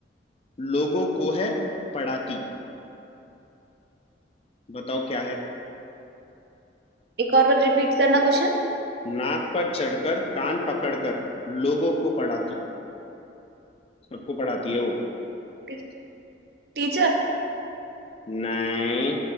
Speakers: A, on the left (about 35°); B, on the right (about 60°).
A: लोगों को है पढ़ाती बताओ क्या है
B: एक और बार रिपीट करना क्वेश्चन
A: नाक पर चढ़कर कान पकड़कर लोगों को पढ़ाती सबको पढ़ाती है वो
B: टी, टीचर
A: नहीं